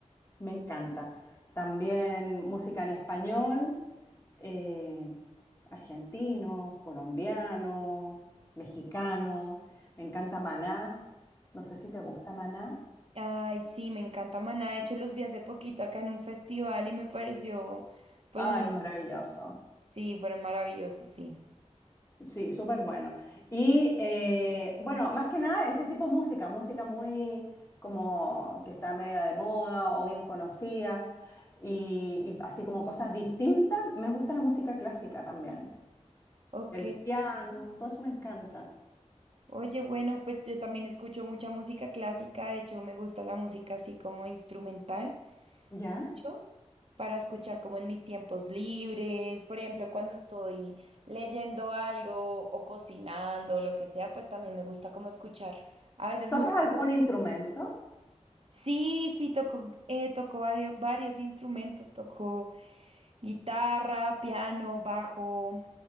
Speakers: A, on the left; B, on the right.
A: Me encanta. También música en español, eh, argentinos, colombianos, mexicanos. Me encanta Maná. No sé si te gusta Maná.
B: Ay, sí, me encanta Maná. De hecho, los vi hace poquito acá en un festival y me pareció, pues,
A: Ay,
B: muy...
A: es maravilloso.
B: Sí, fueron maravillosos, sí.
A: Sí, súper bueno. Y eh, bueno, más que nada ese tipo de música, música muy como que está media de moda o bien conocida y, y así como cosas distintas. Me gusta la música clásica también.
B: Ok.
A: El piano, todo eso me encanta.
B: Oye, bueno, pues yo también escucho mucha música clásica. De hecho, me gusta la música así como instrumental.
A: ¿Ya?
B: mucho para escuchar como en mis tiempos libres, por ejemplo, cuando estoy leyendo algo o cocinando o lo que sea, pues también me gusta como escuchar a veces
A: ¿Tocas
B: música.
A: algún instrumento?
B: Sí, sí, toco, eh, toco vario- varios instrumentos, toco guitarra, piano, bajo.